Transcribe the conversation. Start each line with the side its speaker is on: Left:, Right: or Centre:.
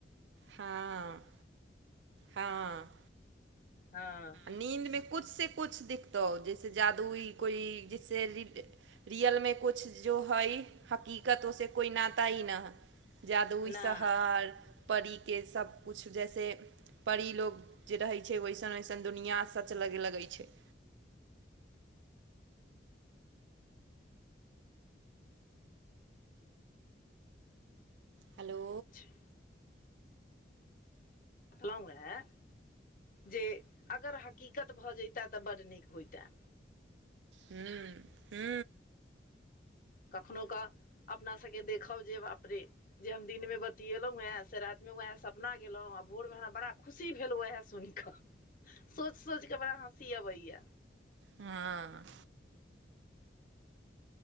Right: हँ हँ
Left: हँ
Right: नीन्दमे कुछसँ कुछ देखितौ जैसे जादूई कोइ जैसे रि रियलमे किछ जो हइ हकीकत उसे कोइ नात ही न है जादूइ शहर
Left: नहि
Right: परीके सबकुछ जैसे परी लोग जे रहै छै वइसन वइसन चन दुनिआ सच लगे लगै छै हेलो
Left: अ छैा देखलहु ह जे अगर हकीकत भए जताे तऽ बड नीक होईता
Right: हू हू
Left: कखनू का अपना सबके देखो जे बाप रे जे हम दिन में बतएलहुं वै से रात में वहे सपना गेलहुं आ भोर मेरा बड़ा खुशी भेल वएह सुनि के सोच सोचके बड़ा सीया बैय
Right: हँ